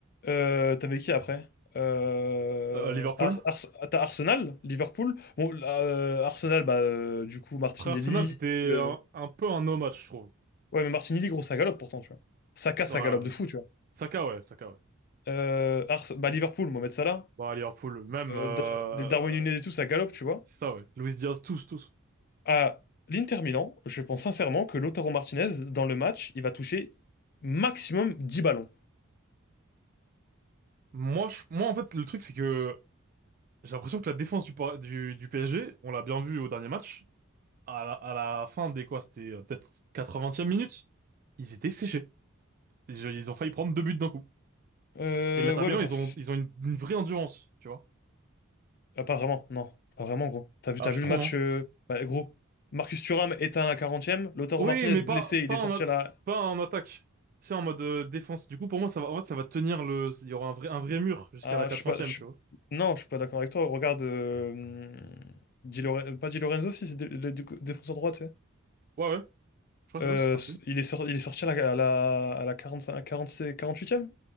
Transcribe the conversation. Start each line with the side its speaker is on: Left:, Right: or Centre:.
Left: Euh, t'avais qui après? Euh,
Right: Euh, Liverpool.
Left: Ar- Ars- t'as Arsenal, Liverpool. Bon, là, euh, Arsenal, bah, euh, du coup, Martinelli.
Right: Après, Arsenal, c'était
Left: euh,
Right: un, un peu un no match, je trouve.
Left: Ouais, mais Martinelli, gros, ça galope pourtant, tu vois. Saka, ça
Right: Ouais,
Left: galope
Right: ouais.
Left: de fou, tu vois.
Right: Saka, ouais, Saka, ouais.
Left: Euh, Ars- bah, Liverpool, Mohamed Salah.
Right: Bah, Liverpool, même...
Left: Euh,
Right: Euh...
Left: Da- des Darwin Nunez et tout, ça galope, tu vois.
Right: C'est ça, ouais. Luis Diaz, tous, tous.
Left: À l'Inter Milan, je pense sincèrement que Lautaro Martinez, dans le match, il va toucher maximum 10 ballons.
Right: Moi, je... Moi, en fait, le truc, c'est que j'ai l'impression que la défense du, Par- du, du PSG, on l'a bien vu au dernier match, à la, à la fin des quoi, c'était euh, peut-être quatre-vingtième minute, ils étaient séchés. Je- Ils ont failli prendre deux buts d'un coup.
Left: Euh,
Right: Et la terminant,
Left: ouais, mais parce
Right: ils ont, ils ont une, une vraie endurance, tu vois.
Left: Ah, pas vraiment, non. Pas vraiment, gros. T'as vu,
Right: Ah,
Left: t'as
Right: je
Left: vu
Right: trouve,
Left: le match,
Right: hein.
Left: euh, bah, gros. Marcus Thuram éteint à la quarantième. Lautaro
Right: Oui,
Left: Martinez
Right: mais pas,
Left: blessé, il
Right: pas
Left: est sorti
Right: en, a-
Left: à la.
Right: pas en attaque. c'est en mode euh, défense. Du coup, pour moi, ça va, en fait, ça va tenir le, il y aura un vrai, un vrai mur jusqu'à
Left: à-
Right: la 80e,
Left: je suis pas. je suis-
Right: tu vois.
Left: Non, je suis pas d'accord avec toi. Regarde. euh, Di Loren- euh, Pas Di Lorenzo, si, c'est le le- le défenseur droit, tu sais.
Right: Ouais, ouais. Je crois, que
Left: Euh,
Right: c'est- ouais, je crois
Left: s-
Right: que c'est lui.
Left: il est, sor- il est sorti à la, à la, à la 45, 46 48e?